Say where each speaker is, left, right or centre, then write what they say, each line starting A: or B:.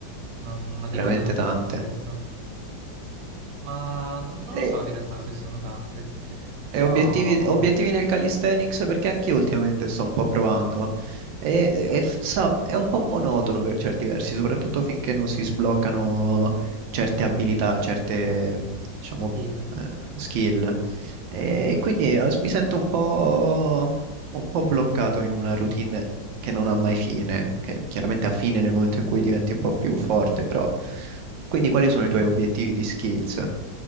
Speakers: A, on the right; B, on the right.
A: Non- ma
B: veramente
A: di quello non
B: tante.
A: ne sono sicuro. ma no- non
B: E,
A: lo so in realtà se sono tante, però
B: E obiettivi, obiettivi nel calisthenics perché anche io ultimamente sto un po' provando e, e f- sa- è un po' monotono per certi versi, soprattutto finché non si sbloccano certe abilità, certe, diciamo,
A: skill.
B: eh, skill. E
A: Mm.
B: quindi eh, mi sento un po', un po' bloccato in una routine che non ha mai fine, che chiaramente ha fine nel momento in cui diventi un po' più forte, però... Quindi quali sono i tuoi obiettivi di skills?